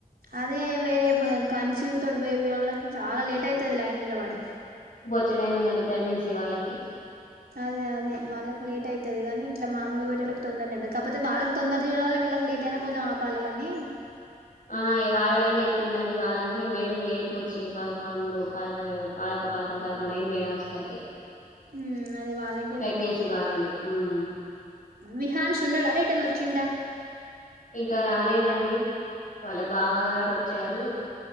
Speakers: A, on the right (about 80°); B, on the left (about 60°).
A: అదే వేరే కాన్సివ్ తోటి బేబీ వాళ్ళకి చాలా లేట్ అయి తది లైన్ నిలవాడి
B: చ్చలైైన ఉందండి ప్రెగ్నెన్సీ వాళ్ళకి
A: అదే అదే వాళ్ళకి లేట్ అయితది గాని ఇట్లా మాములుగా పోయే వాళ్ళకి తొందర అవ్వదు కాకపోతే వాళ్ళకి తొందర చూడాలి వీళ్ళకి లేట్ అయినా కొంచెం ఆపాలి గాని
B: ఆ వాళ్ళలైనే ఎక్కువ ఉందండి వాళ్ళకే మేడం లేటుగా వచ్చింది పదకొండు పదిదొ పదకొండు పదకొండు అయింది మేడం వచ్చేసరికి
A: ఉమ్ అదే వాళ్ళకే
B: ప్రెగ్నెన్సీ
A: లేట్ అయితది
B: వాళ్ళను ఉమ్
A: విహాన్ష్ ఉన్నాడా రిటర్న్ వచ్చిండా
B: ఇంకా రాలేదండి వాళ్ళ బావ గారు వచ్చారు